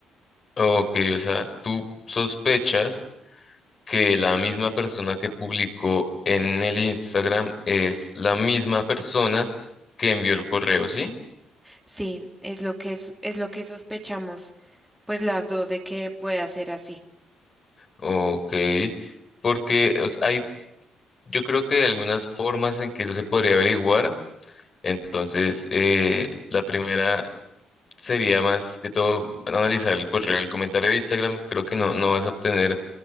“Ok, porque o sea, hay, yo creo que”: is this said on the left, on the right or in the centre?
Left